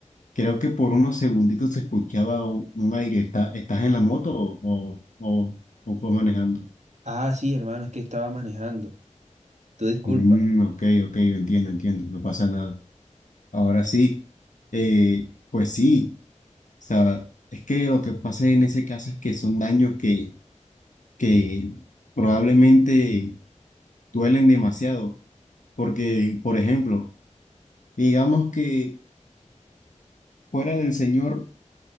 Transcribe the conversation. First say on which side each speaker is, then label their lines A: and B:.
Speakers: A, on the left (about 80°); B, on the right (about 65°).
A: creo que por unos segunditos se escuchaba u- un aire. ¿Está, estás en la moto o, o, o, o fue manejando?
B: Ah, sí, hermano, es que estaba manejando. Tú disculpa.
A: Mm, ok, ok, entiendo, entiendo, no pasa nada. Ahora sí, eh, pues sí, o sea, es que lo que pasa en ese caso es que son daños que, que probablemente duelen demasiado, porque, por ejemplo, Digamos que fuera del Señor